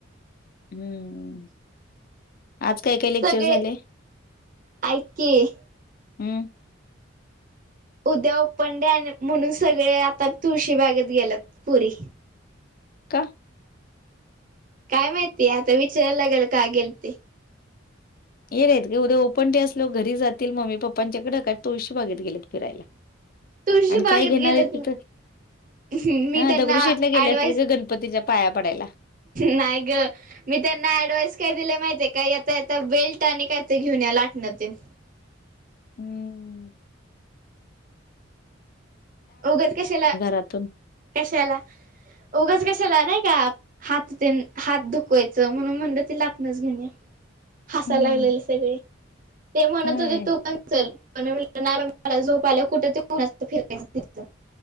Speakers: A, on the left; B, on the right.
A: हम्म. आज काय काय लेक्चर
B: सगळे
A: झाले?
B: ऐक की
A: हम्म.
B: उद्या ओपन डे म्हणून सगळे आता तुळशीबागेत गेलेत पोरी.
A: का?
B: काय माहिती आता विचारायला लागेल का गेलते.
A: ते नाही ग उद्या ओपन डे असल्यवर घरी जातील मम्मी पप्पांच्याकडे काय तुळशी बघित गेलेत फिरायला.
B: तुळशी
A: आणि
B: बागेत
A: काय घेणार
B: गेलेत
A: आहेत तिथं.
B: मी
A: हा
B: त्यांना
A: दगडूशेठ ला गेले
B: ऍडवाइस
A: असतील ग गणपतीच्या पाया पडायला.
B: नाही ग. मी त्यांना ऍडवाइस काय दिले माहितीे काय येता येता बेल्ट आणि काय ते घेऊन या लाटण तेन.
A: हम्म.
B: उगच कशाला.
A: त्यातून.
B: कशाला उगच कशाला नाही का. हात तेन हात दुखवायचं म्हणून म्हणलं ती लाटणच घेउन या. हासायला
A: हम्म
B: लागलेले सगळे. ते म्हणत
A: होय.
B: होते तू पण चल पण मी नाही मला झोप आल्या कुठ ते फिरायचं.